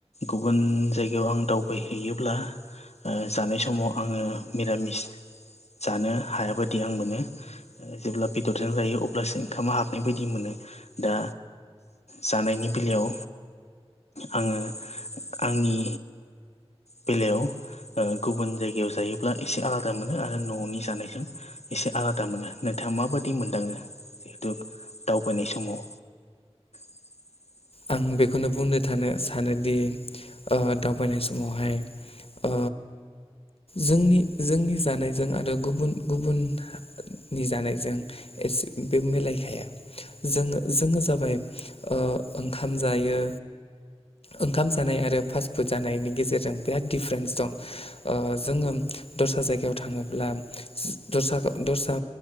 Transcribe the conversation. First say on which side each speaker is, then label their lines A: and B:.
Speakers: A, on the left; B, on the left.
A: गुबुन जायगायाव आं दावबायहैयोब्ला ओ जानाय समाव आङो मिरामिस जानो हायाबायदि आं मोनो जेब्ला बेदरजों जायो अब्लासो ओंखामा हाबनाय बायदि मोनो दा जानायनि बेलायाव आङो आंनि बेलायाव गुबुन जायगायाव जायोब्ला एसे आलादा मोजां मोनो आरो न'नि जानायजों एसे आलादा मोनो नोंथाङा माबायदि मोनदाङो जिहेथु दावबायनाय समाव <inaudible>
B: आं बेखौनो बुंनो थानो सानोदि दावबायनाय समावहाय ओ जोंनि जोंनि जानायजों आरो गुबुन गुबुननि जानायजों एसे बे मिलायखाया जोङो जोङो जाबाय ओ ओंखाम जायो ओंखाम जानाय आरो फास्टफुड जानायनि गेजेरजों बिराद दिडिफारेन्स दं ओ जोङो दस्रा जायगायाव थाङोब्ला दस्रा दस्रा